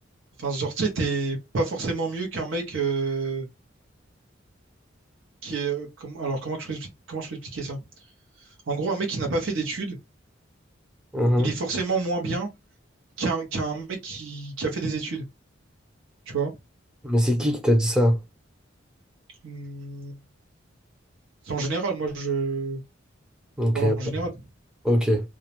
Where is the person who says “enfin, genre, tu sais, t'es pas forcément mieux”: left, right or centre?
Right